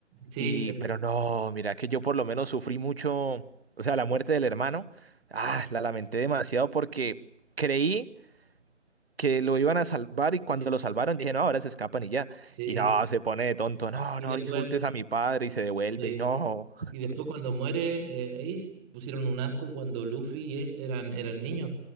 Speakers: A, in the centre; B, on the right.
A: sí,
B: Y,
A: ese,
B: pero no, mira, que yo por lo menos sufrí mucho, o sea, la muerte del hermano, ah, la lamenté demasiado porque creí que lo iban a salvar y cuando lo salvaron dije, no, ahora se escapan y ya.
A: sí.
B: Y no, se pone de tonto, no,
A: Y
B: no
A: después,
B: insultes a mi padre y se devuelve
A: eh,
B: y no.
A: y después cuando muere eh, Ace, pusieron un arco cuando Luffy y Ace eran, eran niños.